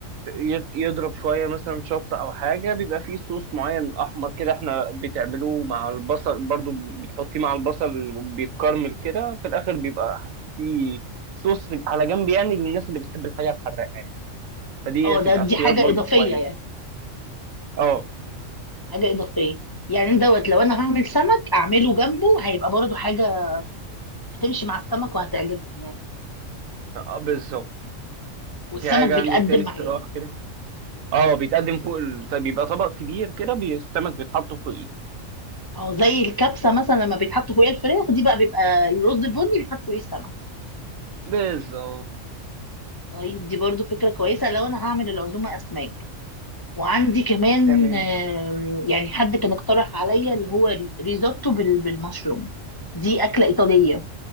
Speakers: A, on the right; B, on the left.
A: يض- يضرب شوية مثلا شطة أو حاجة بيبقى فيه صوص معين أحمر كده احنا بتعملوه مع البصل برضو بتحطيه مع البصل بيتكرمل كده في الآخر بيبقى فيه صوص في- على جنب يعني للناس اللي بتحب الحاجة الحراقة يعني فدي
B: اه
A: هتبقى
B: ده دي
A: اختيار
B: حاجة
A: برضو
B: إضافية
A: كويس
B: يعني
A: اه
B: حاجة إضافية يعني دوت لو انا هعمل سمك اعمله جنبه هيبقى برضو حاجة بتمشي مع السمك وهتعجبهم يعني
A: آه، بالظبط
B: والسمك
A: في حاجة
B: بيتقدم
A: عندك تاني
B: معاه
A: اقتراح كده اه بيتقدم فوق ال... طيب بيبقى طبق كبير كده بي- السمك بيتحط فوقيه
B: اه زي الكبسة مثلا لما بيتحط فوقيها الفراخ دي بقى بيبقى الرز البني بيتحط فوقيه السمك
A: بالظبط
B: طيب دي برضو فكرة كويسة لو انا هعمل العزومة اسماك وعندي كمان
A: تمام
B: آم، يعني حد كان اقترح عليا اللي هو ري- ريزوتو بال- بالمشروم دي أكلة إيطالية